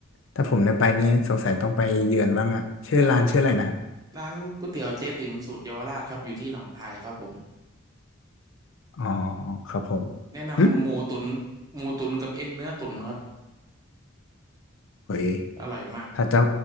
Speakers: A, on the left (about 65°); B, on the right (about 20°).
A: ถ้าผมได้ไปนี้สงสัยต้องไปเยือนบ้างอะชื่อร้านชื่ออะไรนะฮะ
B: นะครับร้านก๋วยเตี๋ยวเจ๊ติ๋มสูตรเยาวราชครับอยู่ที่หนองคายครับผม
A: อ๋อครับผม
B: แนะนำหมูตุ๋น
A: หึ
B: หมูตุ๋นกับเอ็นเนื้อตุ๋นครับ
A: เฮ้ย
B: อร่อยมาก
A: ถ้าเจ้า